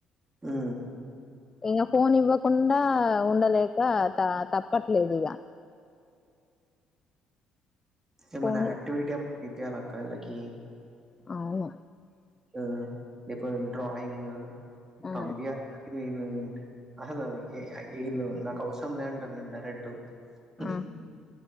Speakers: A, on the right; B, on the left.
A: ఆ
B: ఇంగా ఫోన్ ఇవ్వకుండా ఉండలేక త తప్పట్లేదు ఇగ
A: ఏమన్నా
B: ఫోన్
A: యాక్టివిటీ ఏమో ఇప్పియాలిక్క వీళ్ళకి
B: అవును
A: ఆ ఇప్పుడు డ్రయింగ్
B: ఆ
A: పంపియాలి అందరికి మెయిను అసలు ఆ ఈ నాకు అవసరం లే అంటర్ నన్ను డైరెక్ట్ ఉ మ్
B: అ